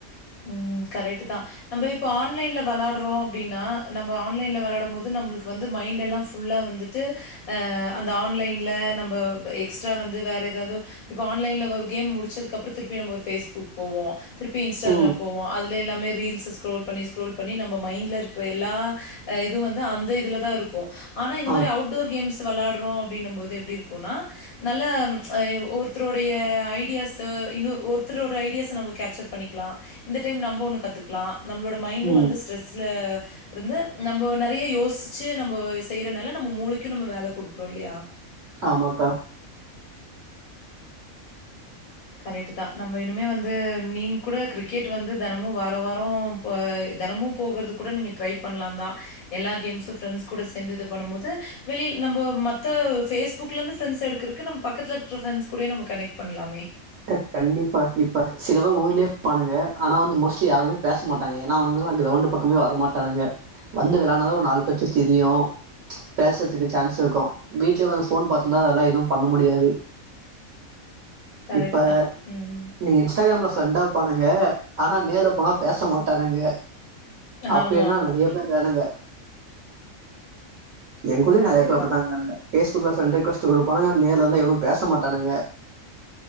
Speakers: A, on the left; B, on the right.
A: ம் கரட்டுதான் நம்ப இப்ப ஆன்லைன்ல வெளாடுறோம் அப்டின்னா நம்ம ஆன்லைன்ல வெளாடும் போது நம்மளுக்கு வந்து மைண்ட் எல்லா ஃபுல்லா வந்துட்டு அந்த ஆன்லைன்ல நம்ப எக்ஸ்ட்ரா வந்து வேற ஏதாது இப்ப ஆன்லைன்ல ஒரு கேம் முடிச்சதுகு அப்றோ திருப்பி நம்ம ஒரு பேஸ்புக் போவோ திருப்பி இன்ஸ்டாகிராம்
B: ம்
A: போவோம் அதுல எல்லாமே ரீல்ஸ் ஸ்ரோல் பண்ணி ஸ்ரோல் பண்ணி நம்ம மைண்ட்ல இருக்கிற எல்லா இது வந்து அந்த இதுல தான் இருக்கும் ஆனா இந்த மாரி
B: ஆமா
A: அவுட் டோர் கேம்ஸ் வெளாடுறோ அப்டின்ன போது எப்டி இருக்கும்னா நல்ல ஒருத்தருடைய ஐடியாஸ்ஸு இன்னொ ஒருத்தோட ஐடியாஸ் நம்ம கேப்சர் பண்ணிக்கலா இந்த டைம் நம்ப ஒன்னு கத்துக்கலா நம்மளோட மைண்டும்
B: ம்
A: வந்து ஸ்ட்ரெஸ்ல இருந்து நம்ப நெறைய யோசிச்சு நம்ப செய்யறனால நம்ம மூளைக்கும் நம்ம வேல குடுக்குறோம் இல்லையா
B: ஆமாக்கா
A: கரெக்ட் தான் நம்ம இனிமே வந்து நீங்க கூட கிரிக்கெட் வந்து தெனமும் வார வாரம் அ தெனமும் போகுறது கூட நீங்க ட்ரை பண்ணலாம் தான் எல்லா கேம்ஸும் ஃப்ரெண்ட்ஸ் கூட சேந்து இது பண்ணும் போது வெளில் நம்ப மத்த ஃபேஸ்புக்லருந்து ஃப்ரண்ட்ஸ் எடுக்குறக்கு நம்ப பக்கத்தில்ல இருக்கிற ஃப்ரண்ட்ஸ் கூட நம்ம கனெக்ட் பண்லாமே
B: த்த கண்டிப்பா இப்ப சில பேர் ஊர்லயே இப்பான்னுங்க ஆனா வந்து மோஸ்ட்லி யாருமே பேச மாட்டாங்க ஏன்ன அவங்களா கிரௌண்ட் பக் கமே வரமாட்டானுங்க வந்து வெளாட்னாதா ஒரு நாலு பேத்த தெரியு ம்ச் பேசுறதுக்கு சான்ஸ் இருக்கு வீட்லே ஓக்கந்து அ ஃபோன் பாத்தந்தான் அதல்லா எதுவு பண்ண முடியாது
A: கரெக்ட்
B: இப்ப
A: தான். ம்.
B: நீ இண்டாகிராம்ல பிரண்ட்டா இருப்பானுங்க ஆனா நேர்ல போனா பேச மாட்டானுங்க அப்பனா
A: ஆமா.
B: நெறைய பேர் இருக்குறானுங்க எங்க ஊர்லயு நெறைய
A: அதேதான்.
B: பேர் அப்டிதா இருக்குறானுங்க ஃபேஸ் புக்ல ஃப்ரண்ட் ரெக்வஸ்ட் குடுப்பாங்க நேர்ல வந்து எவனும் பேசமாட்டானங்க